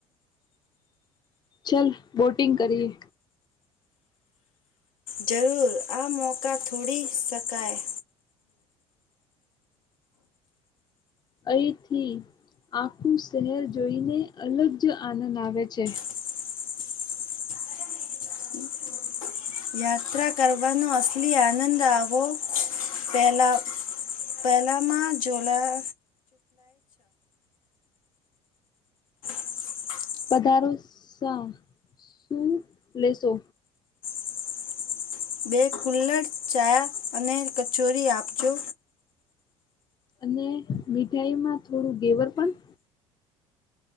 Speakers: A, on the left; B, on the left.
A: ચાલ બોટિંગ કરીએ
B: જરૂર આ મોકા થોડી શકાય
A: અહીંથી આખું શહેર જોઈને અલગ જ આનંદ આવે છે.
B: <inaudible> યાત્રા કરવાનો અસલી આનંદ આવો પહેલાં પહેલામાં ઝોલા <unintelligible> <inaudible>
A: પધારો શા, શું લેશો.
B: <inaudible> બે કુલ્લડ ચા અને કચોરી આપજો.
A: અને મીઠાઈમાં થોડું ધેવર પણ